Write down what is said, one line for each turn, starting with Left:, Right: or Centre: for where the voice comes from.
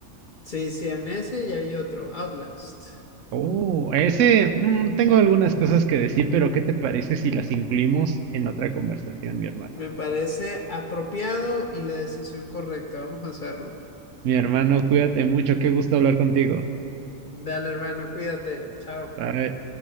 Left: Sí, sí, Amnesia y hay otro, Outlast.
Right: Oh, ese mm, tengo algunas cosas que decir, pero ¿qué te parece si las incluimos en otra conversación, mi hermano?
Left: Me parece apropiado y la decisión correcta. Vamos a hacerlo.
Right: Mi hermano, cuídate mucho, qué gusto hablar contigo.
Left: Dale, hermano, cuídate. Chao.
Right: Bye.